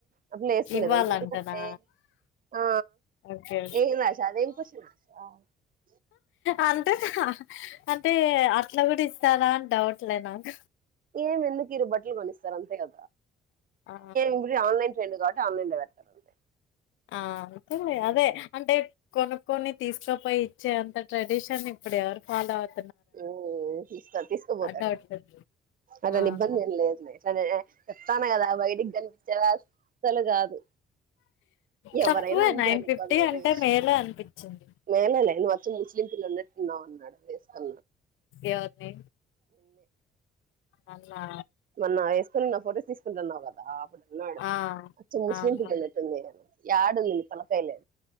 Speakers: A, on the right; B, on the left.
A: అప్పుడు వేసుకుండేదా
B: ఇవ్వాలంటనా
A: ఎందుకు అంటే ఆ
B: ఓకే
A: ఏమి రాష అదేం కషి రాష <unintelligible>
B: అంతే అంటే అట్లా కూడా ఇస్తారా అని డౌట్లే నాకు
A: ఏం ఎందుకు ఇరు బట్టలు కణస్తారుంతేారు
B: ఆ
A: ఇప్పుడు ఆన్లైన్ ట్రైం కా ఆన్లైన్ల వరతర్ంట <unintelligible>
B: ఆ అంతే అదే అంటే కొనుక్కొని తీసుకోపోయి ఇచ్చే అంత ట్రెడిషన్ ఇప్పుడు ఎవరు ఫాలో అవు
A: హు తీ తీసుకుపోతాడు
B: డౌట్ వచ్చి
A: అలాని
B: ఆహా
A: ఇబ్బంది ఏం లేదు అదే చెప్తానా కదా బయటికి కనిపించేలా అసలు కాదు
B: తక్కువే
A: ఎవరైనా అంతే
B: నైన్
A: అనుకో
B: ఫిఫ్టీ
A: అది వేరే
B: అంటే
A: విషయం
B: మేళ అనిపించింది
A: మేలేలే నువ్వు ముస్లిం పిల్లలు ఉన్నావు ఉన్నాడు అ
B: ఎవర్ని అన్నా
A: మన్న హే స్కూల్ నా ఫోటో సిక్స్ న్నావు కదా అప్పుడున్నాడు
B: ఆ
A: అచ్చ ముస్లిం
B: ఆహా
A: పిల్లల ఆడంది పిల్లకాయలు